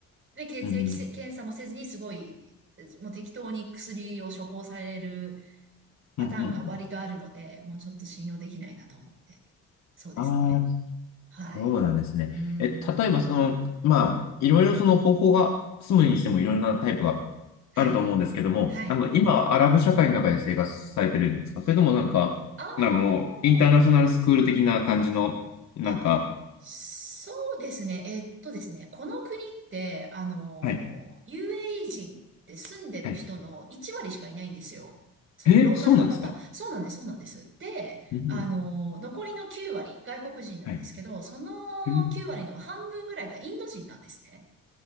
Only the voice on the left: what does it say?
うん、うん、
うん、うん、
ああ、
そうなんですね。
え、例えば、その、まあ、いろいろその方法が、住むにしてもいろんなタイプが
あると思うんですけども、
あの、今、アラブ社会の中で生活されてるんですかそれともなんか、
あの、インターナショナルスクール的な感じの、なんか、
はい、
はい。
え、そうなんですか
うん、
はい。
え